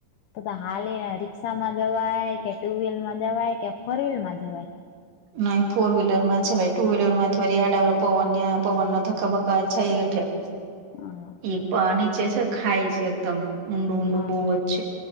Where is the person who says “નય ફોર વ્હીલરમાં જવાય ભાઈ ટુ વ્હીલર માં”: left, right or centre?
Right